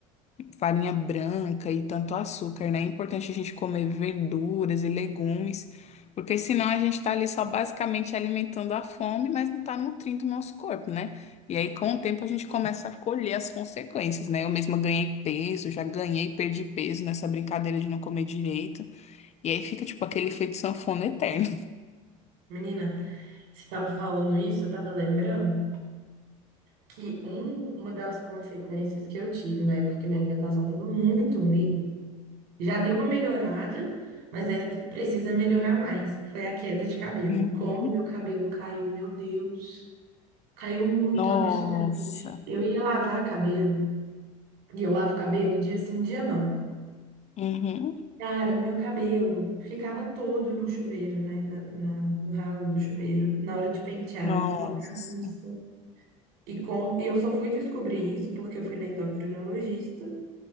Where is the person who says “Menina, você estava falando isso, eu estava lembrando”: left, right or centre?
Right